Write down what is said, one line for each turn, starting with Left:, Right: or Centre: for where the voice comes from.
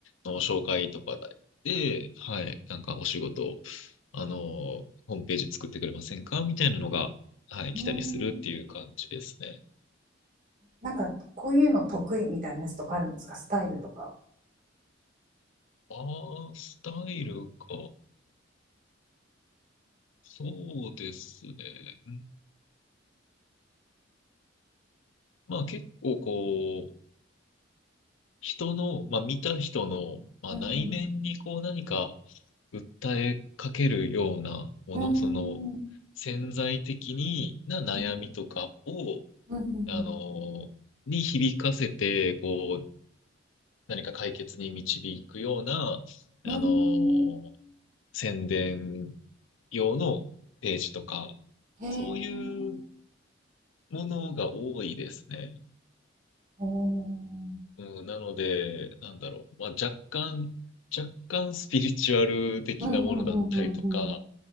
Left: の紹介とかで、はい、なんかお仕事、あの、ホームページ作ってくれませんかみたいなのが、はい、来たりするっていう感じですね。
Right: うーん、なんかこういうの得意みたいなやつとかあるんですかスタイルとか。
Left: ああ、スタイルか。そうですね。うんまあ、結構こう、人の、まあ、見た人の、まあ、
Right: うんうん
Left: 内面にこう何か、訴えかけるようなもの、
Right: うーん
Left: その潜在的にな悩みとかを、
Right: うんうん
Left: あの、に響かせて、こう、何か解決に導くような、あの、
Right: うんうー
Left: 宣伝用のページとか、
Right: んへえ
Left: そういうものが多いですね。
Right: おー
Left: うん、なので、なんだろう。まあ、若干、若干スピリチュアル的なものだったりとか、
Right: うんうんうんうん